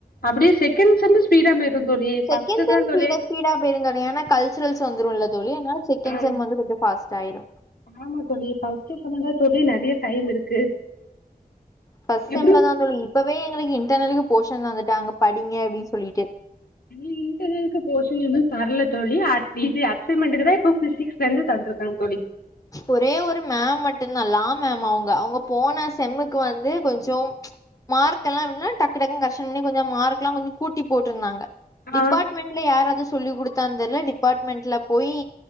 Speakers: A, on the left; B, on the left.
A: அப்டியே செகண்ட் செம் ஸ்பீடா பேய்ரு தோழி ஃபஸ்ட்டு
B: செகன்ட் செம்
A: தா
B: ஸ்பீடா
A: தோழி
B: ஸ்பீடா போயிருந் தோழி ஏன்னா கல்சூரல்ஸ் வந்துருல தோழி அனால செகண்ட்
A: ஆமா
B: செம் ம வந்து கொஞ்சொ ஃபாஸ்ட் ஆயிரு
A: ஆமா தோழி ஃபர்ஸ்ட் செம் தா தோழி நெறைய டைம் இருக்கு
B: ஃபர்ஸ்ட் செம்ல
A: எப்டி
B: தா தோழி இப்பவே எங்களுக்கு இன்டர்னலுக்கு போஷன் தந்துட்டாங்க படிங்க அப்டின் சொல்லிட்டு
A: இங்க இன்டர்னல்க்கு போஷன் இன்னு தர்ல தோழி அட் இது அசைமெண்டுக்கு தா இப்போ ஃபிசிக்ஸ்ல இருந்து தந்துருக்காங்க தோழி
B: ஒரே ஒரு மேம் மட்டுதா லா மேம் அவங்க அவங்க போன செம்முக்கு வந்து கொஞ்சோ மார்க்கெலா எப்டின்னா டக்கு டக்கு கரெக்ஷன் பண்ணி கொஞ்சொ மார்க்லா கொஞ்ச கூட்டி போட்ருந்தாங்க டிபார்ட்மெண்ட்ல
A: ஆ
B: யாராது சொல்லி குடுத்தான் தெர்ல டிபார்ட்மெண்ட்ல போயி